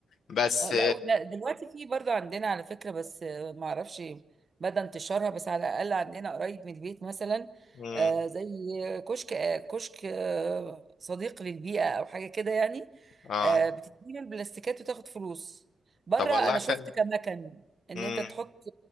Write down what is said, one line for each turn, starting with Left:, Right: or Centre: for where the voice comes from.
Left: بس
Right: اه لا ولا- دلوقتي في برضه عندنا على فكرة بس آه، ما اعرفش بدأ انتشارها بس على الأقل عندنا قريب من البيت مثلا
Left: امم
Right: آه، زي كشك آه، كشك آه، صديق للبيئة أو حاجة كده يعني
Left: اه
Right: آه، بتديله البلاستيكات وتاخد فلوس بره
Left: طب والله
Right: أنا
Left: حلو
Right: شفت كمكن إن
Left: امم
Right: أنت تحط